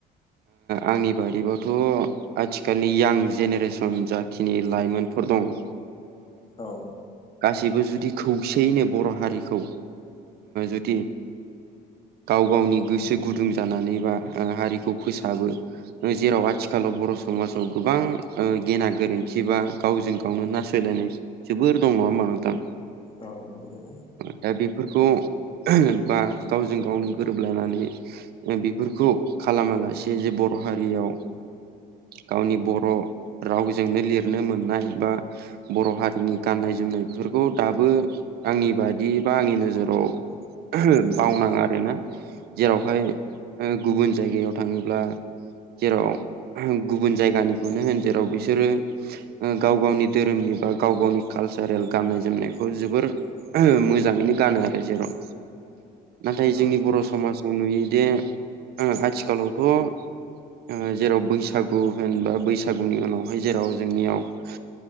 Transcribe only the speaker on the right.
आंनि बाददिबाथ' आथिखालनि यां जेनेरेसन जाखिनि लाइमोनफोर दं
गासैबो जुदि खौसेयैनो बर' हारिखौ जुदि गाव गावनि गोसो गुदुं जानानै बा हारिखौ फोसाबो जेराव आथिखालाव बर' समाजाव गोबां गेना गोरोन्थि बा गावजों गाव बेयावनो ना सोलायनाय जोबोर दं नङा होमबा नोंथां
दा बे बेफोरखौ बा गावजों गावनो गोरोबलायनानै बेफोरखौ। खालामालासे जे बर' हारियाव। गावनि बर' रावजोंनो लिरनो मोननाय बा बर' हारिनि गाननाय जोमनाय बेफोरखौ दाबो आंनि बादि बा आंनि नोजोराव। बावनाङो आरोना जेरावहाय
गुबुन जायगायाव थाङोब्ला जेराव गुबुन जायगानिखौनो होन जेराव बिसोरो गाव गावनि धोरोमनि बा गाव गावनि कालसारेल गाननाय जोमनायखौ जोबोर मोजाङैनो गानो आरो जेराव नाथाय
जोंनि बर' समाजाव नुयोदि। आथिखालावथ' जेराव बैसागु होनबा बैसागुनि उनावहाय जेराव जोंनियाव